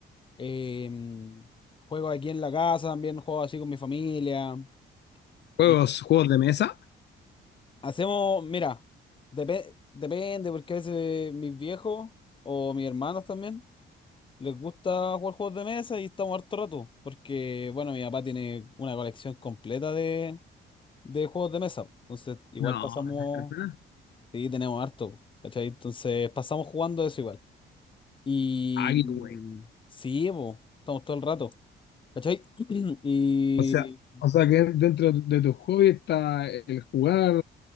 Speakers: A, on the left (about 25°); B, on the left (about 60°).
A: em, juego aquí en la casa también, juego así con mi familia.
B: ¿Juegos,
A: eh,
B: juegos de mesa?
A: hacemos, mira, depe- depende porque a veces mis viejos o mis hermanos también. Les gusta jugar juegos de mesa y estamos harto rato, porque, bueno, mi papá tiene una colección completa de, de juegos de mesa. Entonces, igual
B: No,
A: pasamos,
B: ¿de verdad?
A: sí, tenemos harto, ¿cachai? Entonces, pasamos jugando eso igual. Y
B: Ah, qué güey.
A: sí, po, estamos todo el rato, ¿cachai? <clears throat> Y
B: O sea, o sea que dentro de tus hobbies está el jugar